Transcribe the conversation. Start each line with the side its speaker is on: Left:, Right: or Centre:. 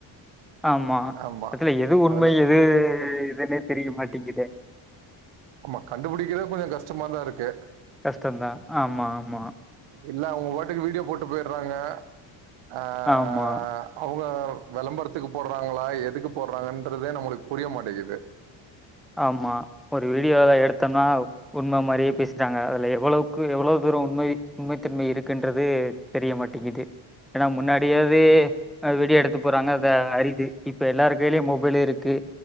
Centre: ஆமா
Right: ஆமா
Centre: அதுல எது உண்மை
Right: அதுல
Centre: எது இதுன்னே தெரிய மாட்டிங்குது
Right: ஆமா கண்டுபிடிக்கதே கொஞ்ச கஷ்டமாதா இருக்கு
Centre: கஷ்டந்தா ஆமா ஆமா
Right: இல்ல அவுங்க பாட்டுக்கு வீடியோ போட்டு போய்றாங்க ஆ
Centre: ஆமாம்
Right: ஆ அவுங்க வெளம்பரத்துக்கு போர்றாங்ளா எதுக்கு போர்றாங்கன்றதே நம்மளுக்க புரிய மாட்டடிகிகுது
Centre: ஆமா ஒரு வீடியோவ எடுத்தன்னா உண்ம மாரியே பேசுறாங்க அதுல எவளோக்கு எவ்ளோ பேரு உண்மை உண்மைத்தன்மை இருக்குன்றது தெரிய மாட்டிகிது ஏன்னா முன்னாடியாது விடியோ எடுத்து போறாங்க அத அரிது இப்போ எல்லாரு கைலியு மொபைல இருக்கு